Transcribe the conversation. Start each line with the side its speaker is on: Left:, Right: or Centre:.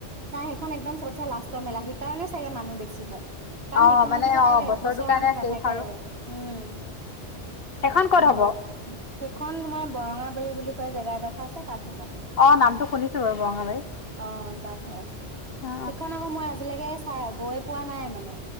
Right: নাই সেইখন একদম ছবতচাই লাষ্টৰ মেলা, সেইকাৰণে চাগে মানুহ বেছি হয়। কাৰণ
Left: অ
Right: সেইখনৰ
Left: মানে
Right: পিছত
Left: অ
Right: আৰু এক
Left: বছৰটোৰ
Right: বছৰৰ কাৰণে নাথাকে
Left: শেষ
Right: আৰু। উম
Left: সেইখন ক'ত
Right: <unintelligible>
Left: হ'ব
Right: সেইখন তোমাৰ বৰঙাবাৰী বুলি কয়, জেগা এডোখৰ আছে তাত। হ'ব।
Left: অ', নামটো শুনিছো বাৰু বৰঙাবাৰী।
Right: অ' তাত সেইখন
Left: অ
Right: আকৌ মই আজিলৈকে চাই গৈ পোৱা নাই মানে